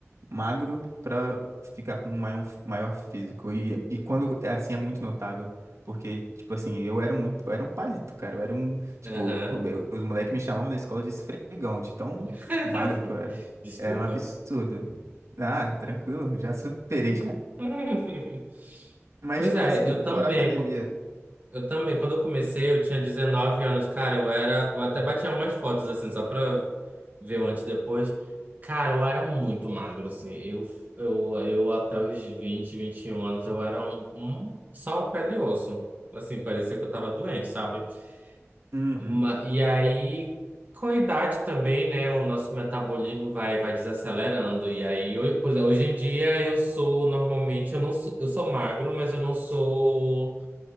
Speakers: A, on the right; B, on the right.
A: magro para ficar com um maior, maior físico. E, e quando é assim é muito notável. Porque, tipo assim, eu era muito, eu era um palito, cara. Eu era um, tipo,
B: Aham.
A: o os moleques me chamavam na escola de esfregão, de tão
B: <laughs>
A: magro que eu era.
B: Desculpa.
A: Era um absurdo. Ah, tranquilo, já superei já.
B: <laughs>
A: Mas,
B: Pois
A: tipo
B: é,
A: assim,
B: eu também.
A: fora a academia,
B: Eu também, quando eu comecei, eu tinha 19 anos, cara, eu era, eu até batia umas fotos assim, só pra ver o antes e depois. Cara, eu era muito magro, assim, eu, eu, eu até os vinte vinte e um anos, eu era um, um só pele e osso, assim, parecia que eu tava doente, sabe?
A: uhum,
B: Ma- E aí, com a idade também, né, o nosso metabolismo vai, vai desacelerando, e aí, eu, por exemplo, hoje em dia eu sou, normalmente, eu não, sou- eu sou magro, mas eu não sou